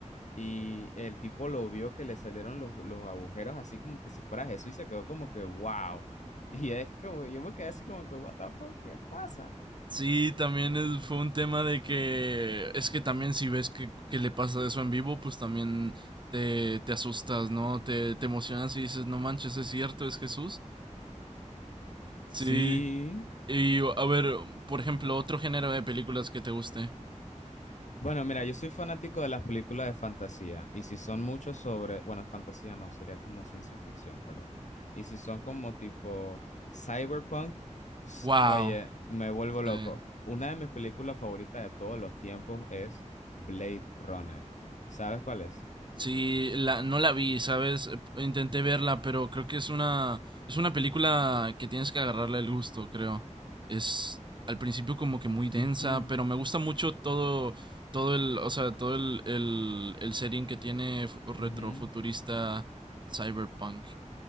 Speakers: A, on the left (about 70°); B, on the right (about 40°).
A: Y el tipo lo vio que le salieron los, los agujeros así como que si fuera Jesús y se quedó como que, wow. <laughs> Y es como, yo me quedé así como que, what the fuck, ¿qué pasa?
B: Sí, también es- fue un tema de que es que también si ves que, que le pasa eso en vivo, pues también te, te asustas, ¿no? Te, te emocionas y dices, no manches, es cierto, es Jesús. Sí.
A: Sí.
B: Y a ver, por ejemplo, otro género de películas que te guste.
A: Bueno, mira, yo soy fanático de las películas de fantasía y si son muchos sobre, bueno, fantasía no, sería como ciencia ficción, perdón. Y si son como tipo cyberpunk, s-
B: Wow.
A: oye, me vuelvo loco.
B: Sí.
A: Una de mis películas favoritas de todos los tiempos es Blade Runner. ¿Sabes cuál es?
B: Sí, la, no la vi, ¿sabes? Eh, Intenté verla, pero creo que es una, es una película que tienes que agarrarle el gusto, creo. Es al principio como que muy densa,
A: Ujú,
B: pero me gusta mucho todo, todo el, o sea, todo el, el, el setting que tiene fu- retrofuturista
A: ujú.
B: cyberpunk.